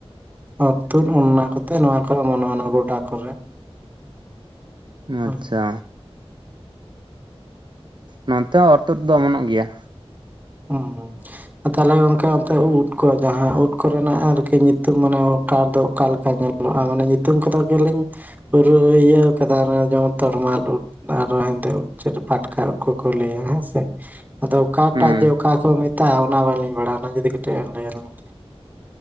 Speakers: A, on the right; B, on the right.
A: ᱚᱨ ᱛᱩᱫ ᱚᱱᱱᱟ ᱠᱚᱛᱮ ᱱᱚᱣᱟ ᱠᱚ ᱚᱢᱚᱱᱚᱜ-ᱟ ᱚᱱᱟ ᱜᱚᱰᱟ ᱠᱚᱨᱮ
B: ᱟᱪᱪᱷᱟ
A: ᱦᱩᱸ
B: ᱱᱚᱱᱛᱮ ᱦᱚᱸ ᱚᱨ ᱛᱳᱫ ᱫᱚ ᱚᱢᱚᱱᱚᱜ ᱜᱮᱭᱟ
A: ᱦᱩᱸ ᱛᱟᱦᱚᱞᱮ ᱜᱚᱝᱠᱮ ᱚᱱᱛᱮ ᱩᱫ ᱠᱚ ᱡᱟᱦᱟᱸ ᱩᱫ ᱠᱚᱨᱮᱱᱟᱜ ᱟᱨᱠᱤ ᱧᱩᱛᱩᱢ ᱢᱟᱱᱮ ᱚᱠᱟ ᱫᱚ ᱚᱠᱟ ᱞᱮᱠᱟ ᱧᱮᱞᱚᱜ-ᱟ ᱵᱷᱚᱨᱟ ᱢᱟᱱᱮ ᱜᱮᱛᱚ ᱩᱝᱠᱩ ᱫᱚ ᱟᱜᱮ ᱞᱤᱧ ᱯᱩᱨᱟᱹ ᱤᱭᱟᱹᱣ ᱠᱟᱫᱟ ᱡᱮᱢᱚᱱ ᱛᱚᱨᱢᱟᱞ ᱩᱫ ᱟᱨᱚ ᱦᱮᱸᱫᱮ ᱩᱫ ᱪᱮᱫ ᱯᱟᱴᱠᱟ ᱩᱫ ᱠᱚᱠᱚ ᱞᱟᱹᱭᱟ ᱦᱮᱸ ᱥᱮ ᱟᱫᱚ ᱚᱠᱟᱴᱟᱜ
B: ᱦᱩᱸ᱾
A: ᱡᱮ ᱚᱠᱟ ᱠᱚ ᱢᱮᱛᱟᱜᱼᱟ ᱚᱱᱟ ᱵᱟᱟᱹᱞᱤᱧ ᱵᱟᱲᱟᱜᱼᱟ ᱚᱱᱟ ᱡᱩᱫᱤ ᱠᱟᱹᱴᱤᱡ ᱮᱢ ᱞᱟᱹᱭᱟᱞᱤᱧ